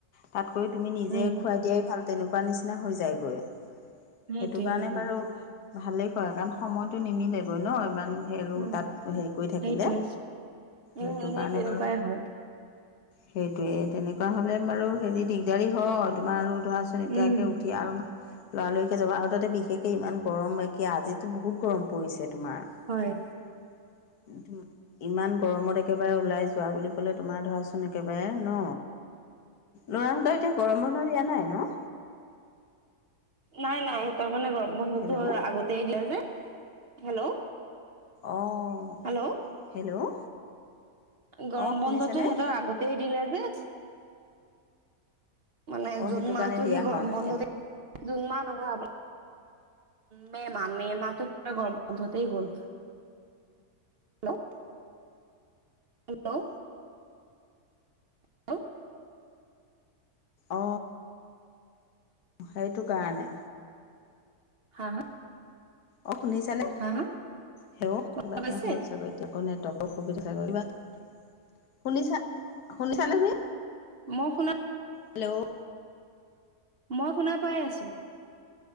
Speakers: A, on the left (about 80°); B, on the right (about 50°).
A: তাতকৈ তুমি নিজে
B: উম
A: খুৱাই দিয়াই ভাল। তেনেকুৱা নিচিনা হৈ যায়গৈ
B: সেইটোৱে
A: সেইটো কাৰণে
B: উম
A: বাৰু ভালেই কয়, কাৰণ সময়টো নিমিলেগৈ ন, ইমান হেৰৌ,
B: উম
A: তাত হেৰি কৰি থাকিলে।
B: সেইটোৱে উম
A: সেইটো
B: সেই
A: কাৰণে
B: তেনেকুৱাই
A: বাৰু
B: হয়
A: সেইটোয়ে, তেনেকুৱা হ'লে বাৰু হেৰি দিগদাৰি হয়। তোমাৰ আৰু ধৰাচোন এতিয়াকে
B: উম
A: লৰালৰিকে যাব। আৰু তাতে বিশেষকে ইমান গৰম একে আজিটো বহুত গৰম পৰিছে তোমাৰ কিন্তু
B: হয়
A: ইমান গৰমত একেবাৰে ওলাই যোৱা বুলি ক'লে, তোমাৰ ধৰাচোন একেবাৰে ন লৰাহঁতৰ এতিয়া গৰম বন্ধৰ দিয়া নাই ন?
B: নাই-নাই সিহঁতৰ মানে গৰম বন্ধতো
A: হেল্ল'
B: আগতেই দিলে যে। হেল্ল'
A: অ'হ,
B: হেল্ল'
A: হেল্ল'
B: গৰম
A: অঁ শুনিছেনে
B: বন্ধতো সিহঁতৰ আগতেই দিলে যে মানে
A: অঁ
B: জুন
A: সেইটো
B: মাহতো
A: কাৰণে দিয়া
B: সি গৰম
A: হোৱা নাই
B: বন্ধতে, জুন মাহ নহয় মে মাহ মে মাহ পুৰা গৰম বন্ধতেই গ'ল। Hello hello? হেল্ল'
A: অ, সেইটো কাৰণে।
B: হা হা!
A: অহ শুনিছানে?
B: হা হা
A: হেল্ল কিবা
B: শুনা
A: এটা
B: পাইছে
A: হ'ল চাগৈ এতিয়া? কৌ নেটকৰ সুবিধা চাব <inaudible> শুনিছা শুনিছা নে তুমি?
B: মই শুনা
A: হেল্ল'!
B: মই শুনা পাই আছো।